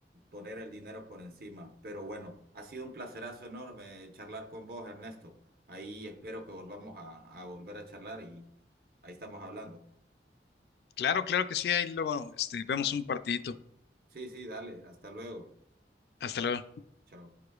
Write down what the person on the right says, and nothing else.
poner el dinero por encima. Pero bueno, ha sido un placerazo enorme charlar con vos, Ernesto. Ahí espero que volvamos a, a volver a charlar y ahí estamos hablando.
Sí, sí, dale, hasta luego.
Chao.